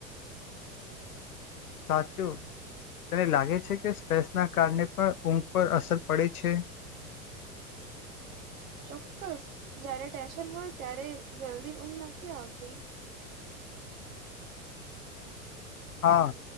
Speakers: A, on the left; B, on the right.
A: સાચું તને લાગે છે કે સ્ટ્રેસ ના કારણે પણ ઊંઘ પર અસર પડે છે
B: ચોક્કસ જારે ટેન્શન હોય ત્યારે જલ્દી ઊંઘ નથી આવતી
A: હા